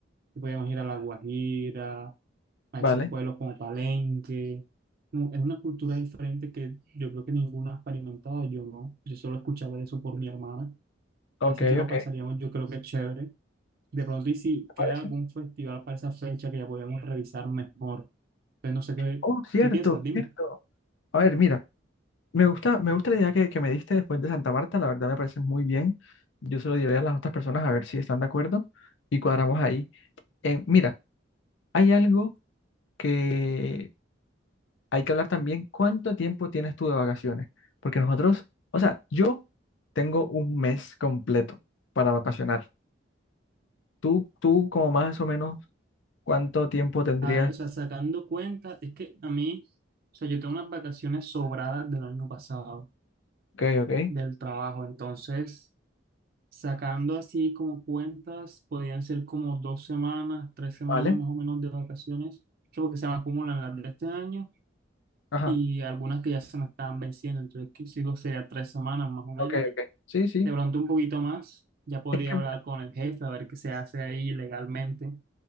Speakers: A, on the right (about 50°); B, on the left (about 70°).
A: Y podíamos ir a La Guajira, a
B: vale,
A: esos pueblos como Palenque. Como es una cultura diferente que yo creo que ninguno ha experimentado, yo no. Yo solo escuchaba eso por mi hermana.
B: ok,
A: Así
B: ok,
A: que lo
B: ok,
A: pasaríamos, yo creo que chévere. De pronto, y si
B: me parece.
A: queda algún festival para esa fecha que ya podíamos revisar mejor. Entonces, no sé qué,
B: Oh, cierto,
A: qué piensas, dime.
B: cierto. A ver, mira, me gusta, me gusta la idea que, que me diste después de Santa Marta, la verdad me parece muy bien. Yo se lo diré a las otras personas a ver si están de acuerdo y cuadramos ahí. Eh, mira, hay algo que hay que hablar también, ¿cuánto tiempo tienes tú de vacaciones? Porque nosotros, o sea, yo tengo un mes completo para vacacionar. Tú, tú, como más o menos, ¿cuánto tiempo tendrías?
A: A ver, o sea, sacando cuenta, es que a mí, o sea, yo tengo unas vacaciones sobradas del año pasado,
B: Ok, ok,
A: del trabajo. Entonces, sacando así como cuentas, podrían ser como dos semanas, tres semanas
B: vale.
A: más o menos de vacaciones, que porque se me acumulan las de este año
B: Ajá,
A: y algunas que ya se me estaban venciendo. Entonces, que sigo sería tres semanas más o menos.
B: ok, ok. Sí, sí.
A: De pronto un poquito más, ya podría
B: Es que mira,
A: hablar con el jefe a ver qué se hace ahí legalmente. O